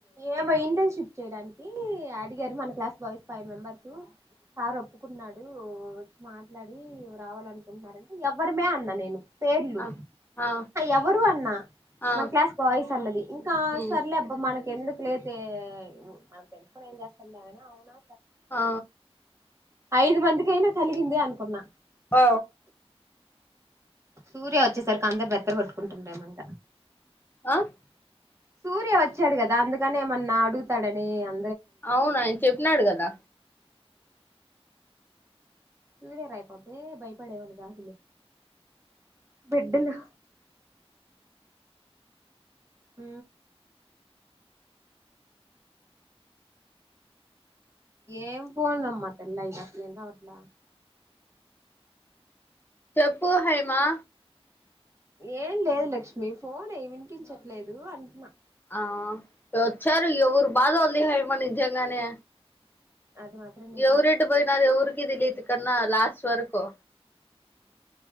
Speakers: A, on the right; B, on the left.
A: ఏమో ఇంటర్న్షిప్ చేయడానికి అడిగారు మన class boys five members sir ఒప్పుకున్నాడు వచ్చి మాట్లాడి రావాలనుకుంటున్నారంటే ఎవరిమే అన్న నేను పేర్లు
B: ఆ ఆ
A: ఎవరు అన్నా
B: ఆ
A: మన క్లాస్ బాయ్స్ అన్నది ఇంకా
B: ఉమ్
A: సర్లేబ్బ మన ఎందుకు లేైతే మనం తెలుసుకొని ఏం చేస్తనా అవునా
B: ఆ
A: ఐదు మందికిైనా కలిగింది అనుకున్నా
B: ఓ
A: సూర్య వచ్చేసరికి అందరు బెత్తర కొట్టుకుంటుండేమంట
B: ఆహ్
A: సూర్య వచ్చాడు కదా అందుకనే ఏమన్నా అడుగుతాడని అ
B: అవును ఆయన చెప్పినాడు కదా
A: సూర్యరయపోతే భయపడేవన్న కాదులు బిడ్డలు అ ఏం పోడందమ్మా తెల్ల ఇకాలేంట వర్లా
B: చెప్పు హైమా
A: ఏం లేదు లక్ష్మి ఫోన్ అయ్యి వినిపించట్లేదు అంటున్నా
B: ఆ వచ్చారు ఎవరు బాధ ఉంది హైమా నిజంగానే
A: అది మాత్రం నిజమే
B: ఎవరిెడ్ పోయినార ఎవరికి ఇ తెలియదు కన్నా లాస్ట్ వరకు